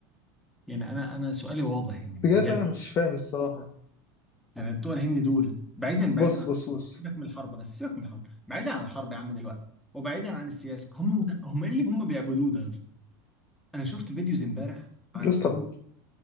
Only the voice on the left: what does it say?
بجد
انا مش فاهم الصراحه
بص
بص بص
بس
طب